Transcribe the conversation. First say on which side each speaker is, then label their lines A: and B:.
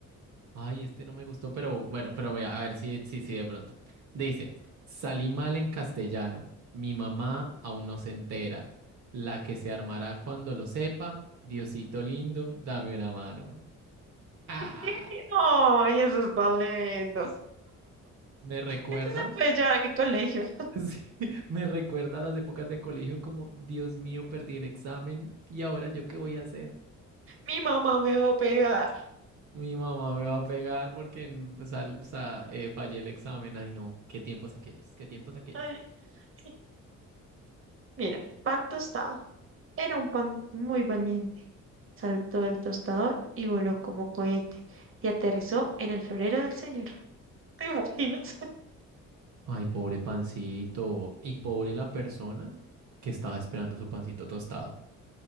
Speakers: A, on the right; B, on the right.
A: Ay, este no me gustó, pero bueno, pero vea, a ver si sí, sí, de pronto. Dice, salí mal en castellano, mi mamá aún no se entera, la que se armará cuando lo sepa, Diosito lindo, dame una mano. Ah,
B: Sí, Ay, eso está lindo.
A: me recuerda,
B: Este se puede llevar al colegio.
A: <laughs> sí, me recuerda a las épocas de colegio como, Dios mío, perdí el examen y ahora yo qué voy a hacer.
B: Mi mamá me va a pegar.
A: Mi mamá me va a pegar porque mm, sal- sa- eh, fallé el examen. Ay, no, qué tiempos aquellos, qué tiempos aquellos.
B: Ay. sí. Mira, pan tostado. Era un pan muy valiente. Saltó del tostador y voló como cohete y aterrizó en el florero del señor. ¿Te imaginas?
A: Ay, pobre pancito. Y pobre la persona que estaba esperando su pancito tostado.